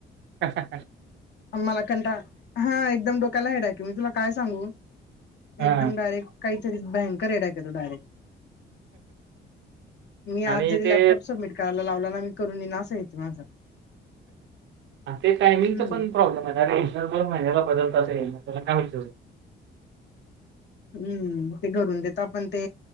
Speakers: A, on the right; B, on the left.
A: ह ह ह <unintelligible>
B: मला कंटाळा, हा एकदम डोक्यायला हेडॉके मी तुला काय सांगू,
A: हा
B: एकदम डायरेक्ट काहीतरी भयंकर हेडॉक येतो डायरेक्ट. मी आज
A: आणि
B: जरी,
A: ते
B: लॅपटॉप सबमिट करायला लावला ना, मी करून येईन असते मा काम.
A: ते टायमिंगचा
B: हम्म
A: पण प्रॉब्लेमे ना रे. दर दोन महिन्याला बदलताच येई ना, त्याला काय होईल तेवढे.
B: हम्म ते घरून देत आपण ते